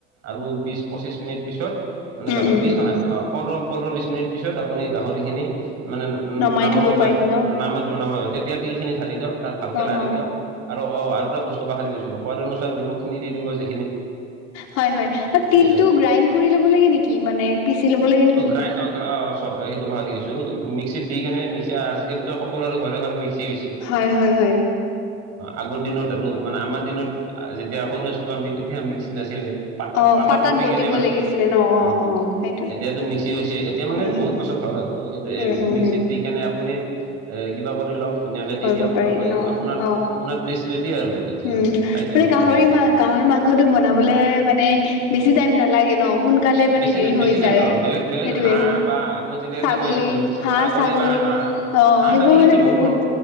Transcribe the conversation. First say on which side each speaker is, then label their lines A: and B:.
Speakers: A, on the right (about 50°); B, on the left (about 55°).
A: আৰু বিছ পঁচিছ মিনিট পিছত মানে
B: উম
A: গাহত
B: উম
A: বি
B: উম
A: নহয় অ পোন্ধৰ পোন্ধৰ বিশ মিনিট পিছত আপুনি গাহৰিখিনি মানে
B: নমাই
A: নামাব
B: থব
A: পাৰি
B: পাৰিম ন
A: নাম নহয় তেতিয়া তিলখিনি ঢালি দিয়ক তাৰ ভালকে
B: অ
A: লাৰি
B: অ
A: দিয়ক আৰু অ আৰু এটা বস্তু পাহৰি গৈছিলো সোৱাদ অনুসাৰ নিমখিনি দি দিব যি
B: হয় হয় তিলটো
A: এইটোয়ে
B: গ্ৰাইণ্ড কৰি ল'ব লাগে নেকি মানে পিচি ল'ব লাগে নেকি
A: গ্ৰাইণ্ড অ অ সেইটো পাহৰি গৈছো মিক্সিত দি কেনে মিক্সি আজিকালিতো সকলোৰে ঘৰে ঘৰে মিক্সি হৈছে
B: হয় হয় হয়
A: আগৰ দিনত এইটো মানে আমাৰ দিনত যেতিয়া সৰু আছিলো আমি তেতিয়া মিক্সি নাছিলে পাত
B: অ
A: পাতাত পুতি
B: বটিব
A: কেনে মানে
B: লাগিছিলে ন অ
A: উম
B: অ সেইটোৱে।
A: এতিয়াতো মিক্সি হৈছে এতিয়া মানে
B: উম
A: বহুত
B: উম
A: বছৰ হ'ল আৰু কিন্তু এই
B: উম উম
A: মিক্সিত
B: উম
A: দি কেনে আপুনি কিবা কৰি লওক ধুনীয়াকৈ
B: কৰিব
A: দি দিয়ক
B: পাৰি ন
A: আপোনাৰ
B: অ
A: আপোনাৰ ডিষ্ট ৰেডি আৰু তেতিয়া
B: উম
A: খাই দিয়ক
B: মানে গাহৰি
A: ধুনীয়াকে
B: মা গাহৰি মাংসটো বনাবলে মানে বেছি টাইম নালাগে ন সোনাল সোনকালে মানে
A: বেছি
B: হেৰি
A: দে
B: হৈ
A: বেছি টাইম
B: যায়
A: নহয় বেলেগ বেলেগ
B: সেইটোৱে
A: হাঁহ বা মই যেতিয়া
B: ছাগলী
A: যে কৈ আছিলোঁ
B: হাঁহ ছাগলী
A: বা হাঁহ
B: অ
A: হাঁহ
B: সেইবোৰ
A: ছাগলীতকৈ
B: মানে বহুত
A: সন-